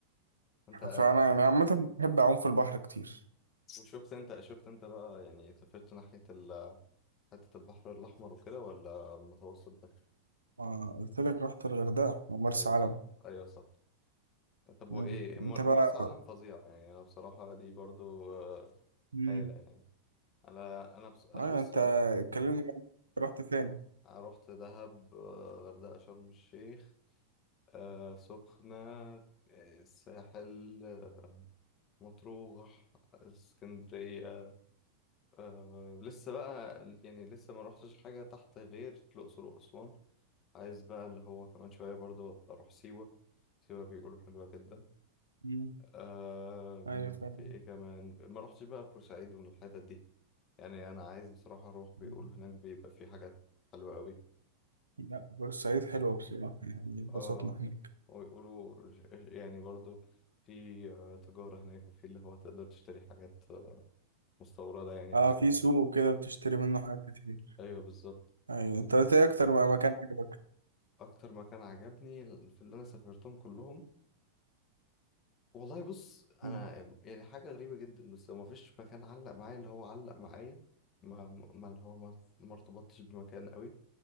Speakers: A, on the left; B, on the right.
A: انت
B: فانا يعني عامه بحب اعوم في البحر كتير
A: وشفت انت شفت انت بقى يعني سافرت ناحية ال- حتة البحر الأحمر وكده ولا متوسط بس
B: ما قلت لك رحت الغردقه ومرسى
A: ايوه
B: علم
A: صح ايوه صح طب
B: مم.
A: هو ايه مر-
B: انت بقى
A: مرسى علم فظيع يعني انا بصراحة دي برضو آه،
B: مم.
A: هايلة يعني انا انا بص انا
B: ايوه
A: بص
B: انت
A: انا رحت
B: اتكلمني بقى، رحت فين
A: أنا رحت دهب آه، غردقة شرم الشيخ آه، سخنة آه، الساحل آه، مطروح اسكندرية آه، لسه بقى يعني لسه ما روحتش حاجة تحت غير الأقصر وأسوان عايز بقى اللي هو كمان شوية برضه أبقى أروح سيوة سيوة بيقولوا حلوة جدا
B: مم.
A: آه،
B: ايوه فاهم
A: في إيه كمان ما روحتش بقى بورسعيد والحتت دي يعني أنا عايز بصراحة أروح
B: مم.
A: بيقولوا هناك بيبقى في حاجات حلوة أوي
B: لا بورسعيد حلوه بصراحه يعني اتبسطنا
A: اه
B: هناك
A: ويقولوا ج- يعني برضو في آه، تجارة هناك وفي اللي هو تقدر تشتري حاجات آه، مستوردة يعني
B: اه
A: وكده
B: في سوق كده بتشتري منه حاجات كتير
A: ايوه بالظبط
B: ايوه انت قلت ايه اكتر بقى مكان عجبك
A: اكتر مكان عجبني في اللي انا سافرتهم كلهم والله بص انا
B: مم.
A: يعني حاجة غريبة جدا بس ما فيش مكان علق معايا اللي هو علق معايا ما ما اللي هو ما ما ارتبطتش بمكان قوي